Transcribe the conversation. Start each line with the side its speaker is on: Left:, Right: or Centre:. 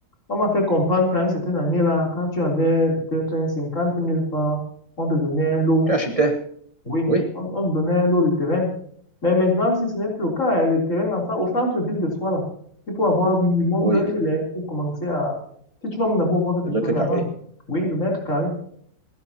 Left: on m'a fait comprendre qu'à une certaine année là, quand tu avais peut-être un cinquante mille francs, on te donnait un lot.
Right: Tu achetais?
Left: Oui,
Right: Oui,
Left: on, on te donnait un lot de terrain. Mais maintenant, si ce n'est plus le cas, hein, le terrain en, ça, au centre-ville de soi, là, il faut avoir minimum
Right: oui.
Left: 20 000 hein, pour commencer à... Si tu vas même d'abord voir quelque
Right: Le mètre
Left: chose
Right: carré,
Left: avant, oui, le mètre carré.